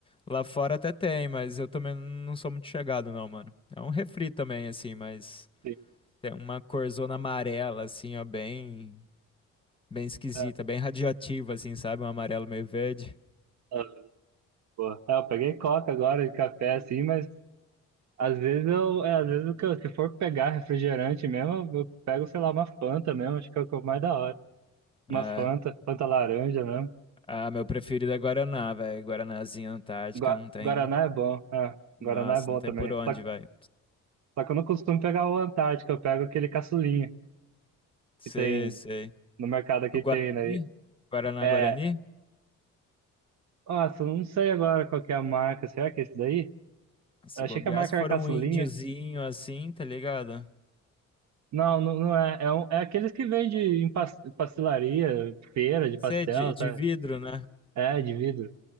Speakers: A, on the left; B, on the right.
A: Lá fora até tem, mas eu também não sou muito chegado, não, mano. É um refri também, assim, mas
B: Sim,
A: tem uma corzona amarela, assim, ó, bem, bem esquisita,
B: é,
A: bem radioativa, assim, sabe? Um amarelo meio verde.
B: é, pô. É, eu peguei coca agora e café, assim, mas Às vezes eu, é, às vezes o que eu, se for pegar refrigerante mesmo, eu pego, sei lá, uma Fanta mesmo, acho que é o que é o mais da hora.
A: É.
B: Uma Fanta, Fanta laranja mesmo.
A: Ah, meu preferido é Guaraná, velho. Guaranazinha Antártica
B: Gua-
A: não tem.
B: Guaraná é bom, é,
A: Nossa,
B: Guaraná é bom
A: não tem
B: também.
A: por onde,
B: Só, que-
A: velho.
B: só que eu não costumo pegar o Antártico, eu pego aquele caçulinha
A: Sei,
B: que tem
A: sei.
B: no mercado aqui
A: O Guarani?
B: tem, né?
A: Guaraná
B: É,
A: Guarani?
B: nossa, eu não sei agora qual que é a marca, será que é esse daí?
A: Se
B: Eu achei
A: bobear,
B: que a marca
A: se for
B: era caçulinha.
A: um índiozinho assim, tá ligado?
B: Não, não, não é. É, um- é aqueles que vende em pas- pastelaria, feira de
A: Você
B: pastel,
A: é de, de
B: sabe?
A: vidro, né?
B: É, de vidro.